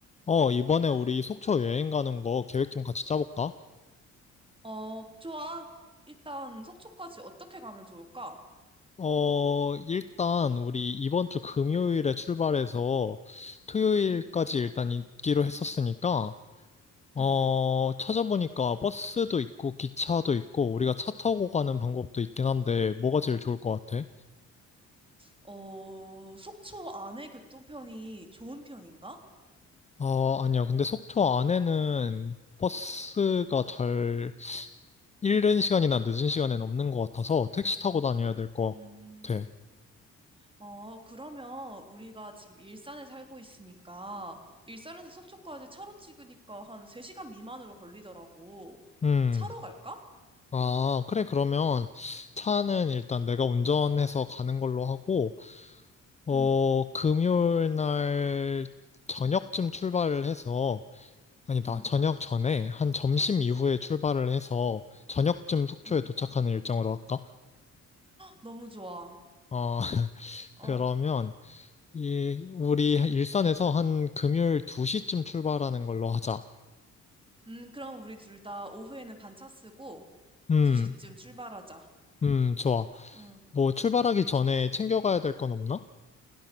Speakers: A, on the left (about 20°); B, on the right (about 15°).
A: 어, 이번에 우리 속초 여행 가는 거 계획 좀 같이 짜볼까?
B: 어, 좋아. 일단 속초까지 어떻게 가면 좋을까?
A: 어, 일단 우리 이번 주 금요일에 출발해서 토요일까지
B: 음,
A: 일단 있기로 했었으니까, 어,
B: 음.
A: 찾아보니까 버스도 있고 기차도 있고 우리가 차 타고 가는 방법도 있긴 한데 뭐가 제일 좋을 것 같아?
B: 어, 속초 안에 교통편이 좋은 편인가?
A: 어, 아니야. 근데 속초 안에는 버스가 잘 이른 시간이나 늦은 시간엔 없는 것 같아서 택시 타고 다녀야 될 것
B: 음,
A: 같아.
B: 어, 그러면 우리가 지금 일산에 살고 있으니까 일산에서 속초까지 차로 찍으니까 한 3시간 미만으로 걸리더라고.
A: 음.
B: 차로 갈까?
A: 아, 그래, 그러면 차는 일단 내가 운전해서 가는 걸로 하고, 어,
B: 응.
A: 금요일 날 저녁쯤 출발을 해서, 아니다,
B: 응.
A: 저녁 전에, 한 점심 이후에 출발을 해서, 저녁쯤 속초에
B: 응
A: 도착하는 일정으로 할까?
B: 너무 좋아.
A: 어, <laughs>
B: 어.
A: 그러면, 이, 우리 일산에서 한 금요일 2시쯤 출발하는 걸로 하자.
B: 음, 그럼 우리 둘 다 오후에는 반차 쓰고
A: 음,
B: 2시쯤 출발하자.
A: 음, 좋아.
B: 응.
A: 뭐, 출발하기 전에 챙겨가야 될 건 없나?